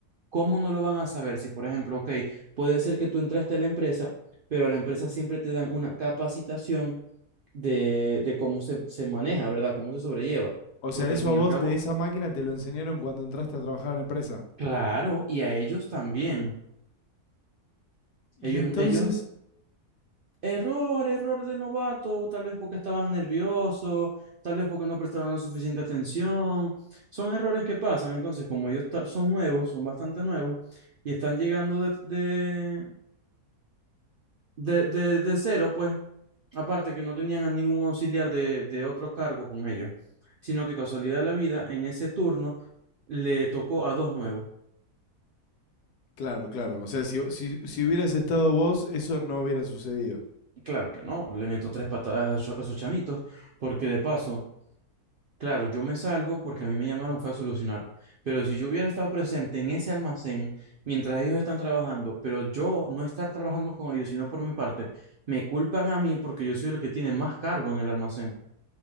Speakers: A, on the right; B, on the left.
A: ¿Cómo no lo van a saber? Si, por ejemplo, ok, puede ser que tú entraste a la empresa, pero a la empresa siempre te dan una capacitación de, de cómo se, se maneja, ¿verdad? Cómo se sobrelleva.
B: O sea,
A: Porque
B: eso
A: al fin
B: a
A: y
B: vos
A: al cabo,
B: de esa máquina te lo enseñaron cuando entraste a trabajar a la empresa.
A: claro, y a ellos también.
B: Y
A: Ellos,
B: entonces...
A: ellos, error, error de novato, tal vez porque estaban nerviosos, tal vez porque no prestaron la suficiente atención. Son errores que pasan. Entonces, como ellos ta- son nuevos, son bastante nuevos, y están llegando de, de, de, de, de cero, pues Aparte que no tenían a ningún auxiliar de, de otro cargo con ellos, sino que casualidad de la vida, en ese turno le tocó a dos nuevos.
B: Claro, claro. O sea, si, si, si hubieras estado vos, eso no hubiera sucedido.
A: Y Claro que no, le meto tres patadas a esos a esos chamitos, porque de paso, claro, yo me salvo porque a mí me llamaron fue a solucionar, pero si yo hubiera estado presente en ese almacén mientras ellos están trabajando, pero yo no estar trabajando con ellos, sino por mi parte, me culpan a mí porque yo soy el que tiene más cargo en el almacén,